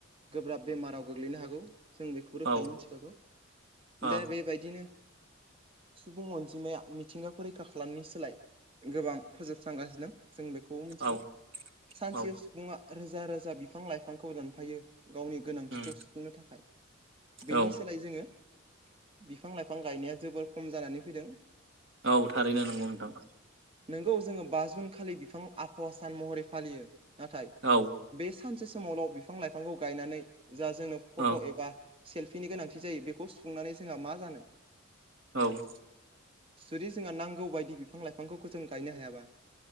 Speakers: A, on the right; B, on the right.
A: गोब्राब बेमाराव गोग्लैनो हागौ जों बे खौ रोखायै
B: औ ओ
A: मिथिखागौ
B: औ
A: दा बेबायदिनो सुबुं अनजिमाया मिथिंगाखौ रैखा खालामनायनि सोलाय गोबां फोजोबस्रांगासिनो जों बेखौबो मिथिगौ
B: औ
A: सानसेयाव
B: औ
A: सुबुङा रोजा रोजा बिफां-लाइफांखौ दानफायो गावनि गोनांथिखौ
B: उम
A: सुफुंनो थाखाय बेनि
B: औ
A: सो नाय जोङो बिफां-लाइफां गायनाया जोबोर खम जानानै फैदों।
B: औ थारैनो नंगौ नोंथां
A: नोंगौ जोङो बा जुन खालि बिफां आबहावा सान महरै फालियो। नाथाय
B: औ
A: बे सानसे समावल' बिफां-लाइफांखौ गायनानै जा जोंनो फट'
B: ओ
A: एबा सेल्फिनि गोनांथि जायो बेखौ सुफुंनानै जोंहा मा जानो।
B: औ
A: जुदि जोंहा नांगौ बायदि बिफां-लाइफांखौफोरखौ जों गायनो हायाबा